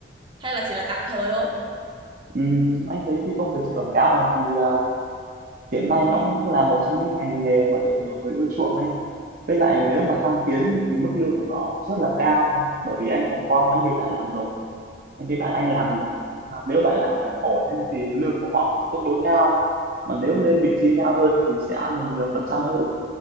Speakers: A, on the right; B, on the right.
A: Hay là chỉ là tạm thời thôi?
B: Ừ. Ừ, anh thấy cái công việc chạy quảng cáo này thì à, hiện nay nó cũng là một trong những ngành nghề mà được nhiều người ưa chuộng ấy với lại nếu mà thăng tiến thì mức lương của nó rất là cao bởi vì anh cũng có mấy người bạn làm rồi những cái bạn anh làm thì à, nếu bạn nào mà làm ổn ấy, thì lương của họ tương đối cao mà nếu lên vị trí cao hơn thì sẽ ăn được nhiều
A: Ừ.
B: phần trăm hơn